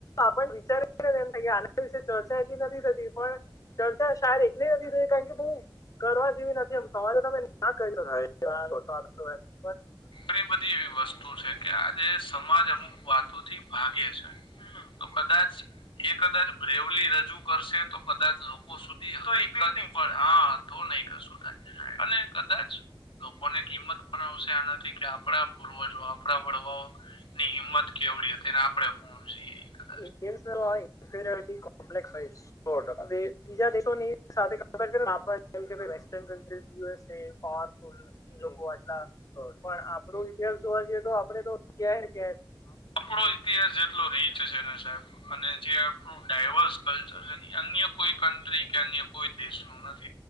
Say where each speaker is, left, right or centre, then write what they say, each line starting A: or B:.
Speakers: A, on the left; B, on the left.
A: આપ વિચાર એમ કે આના વિશે ચર્ચા એ નથી થતી પણ ચાલતા શ એટલે નથી થ કારણ કે બહુ કરવા જેવી નથી એમ સવારે તમે ના કરી
B: ઘણી બધી એવી વસ્તુ છે કે આજે સમાજ અમુક વાતોથી ભાગે છે. તો કદાચ એ કદાચ બ્રેવલી રજૂ કરશે તો કદાચ લોકો સુધી હા તો નહી કરશ. અને કદાચ લોકોની કિંમત પણ આવશે આના કે આપણા પૂર્વજો આપણા વડવાઓ ની હિંમત કેવડી હતીને આપડે કોીએ.
A: ન્ડયન લ મફીરયલિટી કોંપ્લેક્સ બીજા દેશોની સાથે કમ્પેર કર આપ જેમ કે વેસ્ટર્ન કન્ટ્રી યુસ એ પાર્ક આટલા પણ આપડો ઇતિહાસ જોવા જએ તો આપડે તો કે કે
B: આપડો ઇતિહાસ જેટલો રીચ છે ને સાહેબ અને જે ડાયવર્સ કલ્ચર છે અન્ય કોઈ કન્ટ્રી કે અન્ય કોઈ દેશમાં